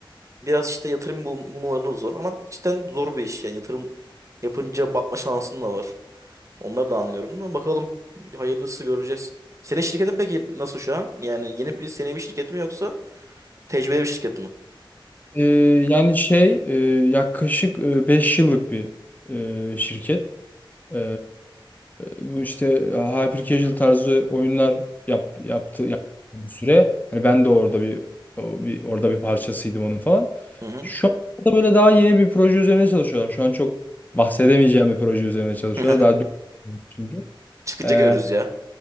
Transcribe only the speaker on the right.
biraz işte yatırım bul- bulmaları da zor ama cidden zor bir iş yani yatırım yapınca batma şansın da var. Onları da anlıyorum ama bakalım. Hayırlısı göreceğiz. Senin şirketin peki nasıl şu an? Yani yeni bir senevi şirket mi yoksa tecrübeli bir şirket mi?
Hı hı.
<laughs>
Çıkınca
görürüz ya.